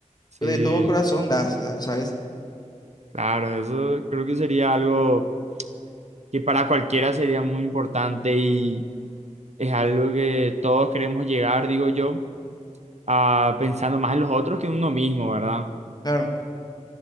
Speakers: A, on the right (about 60°); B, on the left (about 30°).
A: sí.
B: de todo corazón das, sa- ¿sabes?
A: Claro, eso creo que sería algo que para cualquiera sería muy importante y es algo que todos queremos llegar, digo yo, a pensando más en los otros que en uno mismo, ¿verdad?
B: Claro.